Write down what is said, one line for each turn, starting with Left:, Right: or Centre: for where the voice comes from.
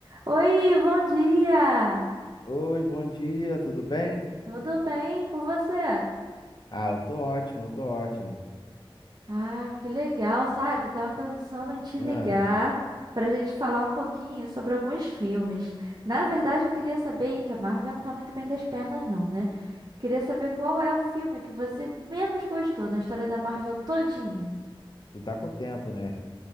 Right: Oi, bom dia!
Left: Oi, bom dia, tudo bem?
Right: Tudo bem com você?
Left: Ah, eu tô ótimo, eu tô ótimo.
Right: Ah, que legal, sabe? Tava pensando em te
Left: Ah,
Right: ligar pra gente falar um pouquinho sobre alguns filmes. Na verdade, eu queria saber que a Marvel não tá muito bem das pernas, não, né? Queria saber qual é o filme que você menos gostou na história da Marvel todinha.
Left: tu tá com tempo, né?